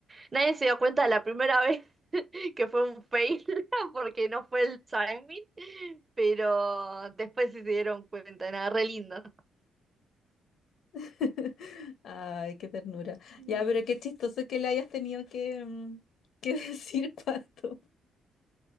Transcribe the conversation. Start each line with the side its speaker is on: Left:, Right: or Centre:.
Right: nadie se dio cuenta de la primera vez <laughs> que fue un fail <laughs> porque no fue el timing, pero después sí se dieron cuenta, nada, re lindo.
Left: <laughs> Ay, qué ternura.
Right: Mm.
Left: Ya, pero qué chistoso que le hayas tenido que, mm, que <laughs> decir tanto.